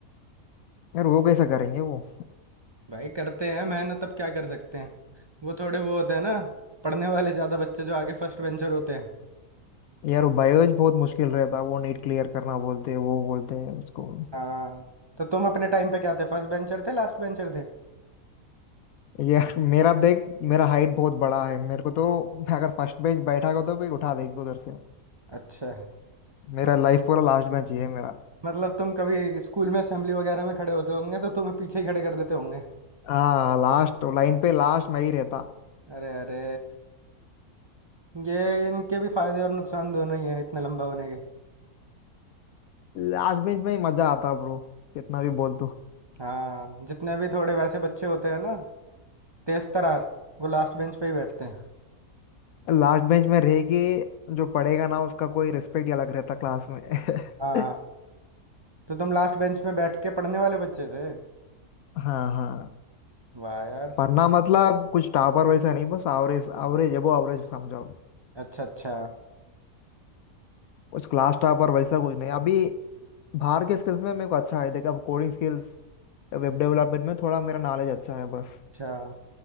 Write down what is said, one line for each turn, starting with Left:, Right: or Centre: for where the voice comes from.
Left: यार वो कैसा करेंगे वो
Right: भाई करते हैं मेहनत अब क्या कर सकते हैं वो थोड़े वो होते हैं ना पढ़ने वाले ज्यादा बच्चे जो आगे फर्स्ट बेंचर होते हैं
Left: यार बायोलॉजी बहुत मुश्किल रहता वो नीट क्लियर करना बोलते हैं वो बोलते हैं उसको
Right: हाँ तो तुम अपने टाइम पे क्या थे फर्स्ट बेंचर थे लास्ट बेंचर थे
Left: यार मेरा देख मेरा हाइट बहुत बड़ा है मेरे को तो मैं अगर फर्स्ट बेंच बैठा हो तो भी उठा देगी उधर से
Right: अच्छा
Left: मेरा
Right: मत,
Left: लाइफ पूरा लास्ट बेंच ही है मेरा
Right: मतलब तुम कभी स्कूल में असेंबली वगैरह में खड़े होते होंगे तो तुम्हें पीछे ही खड़े कर देते होंगे
Left: हाँ लास्ट लाइन पे लास्ट मैं ही रहता
Right: अरे अरे ये इनके भी फायदे और नुकसान दोनों ही हैं इतना लंबा होने के
Left: लास्ट बेंच में ही मजा आता ब्रो कितना भी बोल तू
Right: हाँ जितने भी थोड़े वैसे बच्चे होते हैं ना तेज तरार वो लास्ट बेंच पे ही बैठते हैं
Left: लास्ट बेंच में रहेगी जो पढ़ेगा ना उसका कोई रिस्पेक्ट ही अलग रहता क्लास में
Right: हाँ
Left: <laughs>
Right: तो तुम लास्ट बेंच में बैठ के पढ़ने वाले बच्चे थे
Left: हाँ हाँ
Right: वाह यार
Left: पढ़ना मतलब कुछ टॉपर वैसा नहीं बस एवरेज एवरेज एबो एवरेज समझो
Right: अच्छा अच्छा
Left: कुछ क्लास टॉपर वैसा कुछ नहीं अभी बाहर के स्किल्स में मेरे को अच्छा है देखा अब कोडिंग स्किल्स वेब डेवलपमेंट में थोड़ा मेरा नॉलेज अच्छा है बस
Right: अच्छा